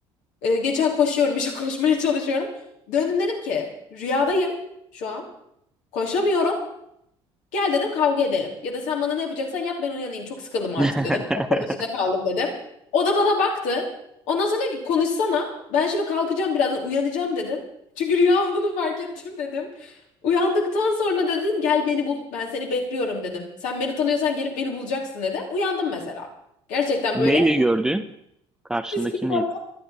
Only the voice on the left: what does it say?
Ee, geçen koşuyorum işte <laughs> koşmaya çalışıyorum. Döndüm dedim ki rüyadayım şu an. Koşamıyorum. Gel dedim kavga edelim. Ya da sen bana ne yapacaksan yap ben uyanayım. Çok sıkıldım artık
dedim. Arkadaşına içinde kaldım dedim. O da bana baktı. Ondan sonra dedi ki konuşsana. Ben şimdi kalkacağım birazdan uyanacağım dedim. Çünkü rüya olduğunu fark ettim dedim. Uyandıktan sonra da dedim gel beni bul. Ben seni bekliyorum dedim. Sen beni tanıyorsan gelip beni bulacaksın dedim. Uyandım mesela. Gerçekten
böyle
psikopat